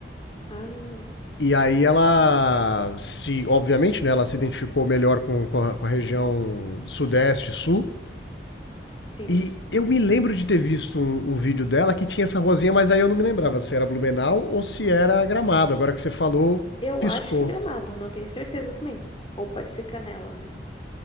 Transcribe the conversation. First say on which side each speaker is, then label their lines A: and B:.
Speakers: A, on the left; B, on the left.
A: Ah,
B: E aí ela se, obviamente, né, ela se identificou melhor com, com, a, com a região sudeste, sul.
A: sim.
B: E eu me lembro de ter visto um, um vídeo dela que tinha essa rosinha, mas aí eu não me lembrava se era Blumenau ou se era Gramado. Agora que você falou,
A: Eu
B: piscou.
A: acho que é Gramado, não tenho certeza também. Ou pode ser Canela, né?